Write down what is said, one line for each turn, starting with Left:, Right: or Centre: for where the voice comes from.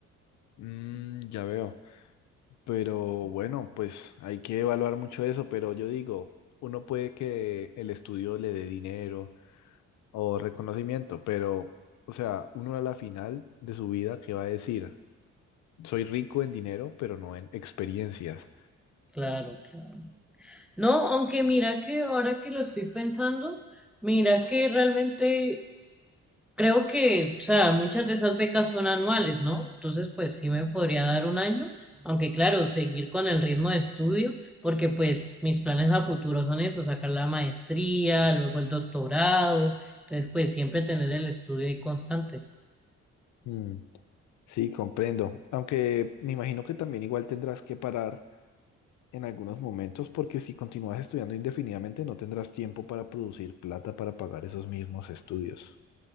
Left: Mm, ya veo. Pero bueno, pues hay que evaluar mucho eso, pero yo digo, uno puede que el estudio le dé dinero o reconocimiento, pero, o sea, uno a la final de su vida, ¿qué va a decir? Soy rico en dinero, pero no en experiencias.
Centre: Claro, claro. No, aunque mira que ahora que lo estoy pensando, mira que realmente Creo que, o sea, muchas de esas becas son anuales, ¿no? Entonces, pues sí me podría dar un año, aunque claro, seguir con el ritmo de estudio, porque pues mis planes a futuro son eso, sacar la maestría, luego el doctorado, entonces pues siempre tener el estudio ahí constante.
Left: Mm, sí, comprendo. Aunque me imagino que también igual tendrás que parar en algunos momentos, porque si continúas estudiando indefinidamente, no tendrás tiempo para producir plata para pagar esos mismos estudios.